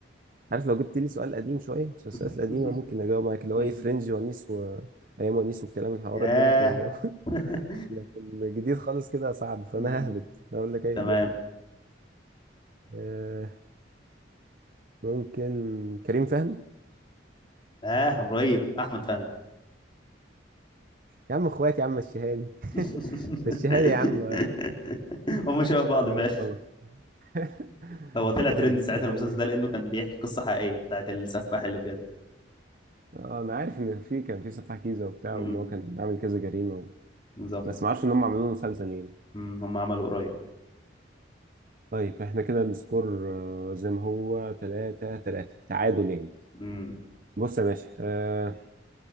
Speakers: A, on the right; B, on the left.
A: عارف لو جبت لي سؤال قديم شوية المسلسلات
B: <laughs>
A: القديمة ممكن أجاوب معاك اللي هو
B: مم.
A: إيه فرنج ونيس وأيام ونيس والكلام الحوارات
B: ياه
A: دي ممكن أجاوب <laughs>
B: <laughs>
A: لكن جديد خالص كده صعب فأنا
B: مم.
A: ههبط أقول لك أي
B: تمام
A: إجابة آه ممكن كريم فهمي
B: اه قريب احمد فهمي
A: يا عم إخواتي يا عم مشيها لي <laughs>
B: <laughs>
A: مشيها لي يا عم آه،
B: هم شبه بعض
A: ماشي
B: فعلا
A: خلاص <laughs>
B: <laughs> هو طلع
A: طيب
B: ترند ساعتها
A: يعني
B: المسلسل ده لانه كان بيحكي قصة حقيقية بتاعت السفاح اللي بجد
A: اه انا عارف ان في كان في سفاح جيزه وبتاع
B: مم.
A: وان هو كان عامل كذا جريمه و...
B: بالظبط
A: بس ما اعرفش ان هم عملوا له مسلسل يعني
B: مم. هم عملوا قريب
A: طيب احنا كده السكور آه، زي ما هو 3 3 تعادل يعني
B: مم.
A: بص يا باشا آه،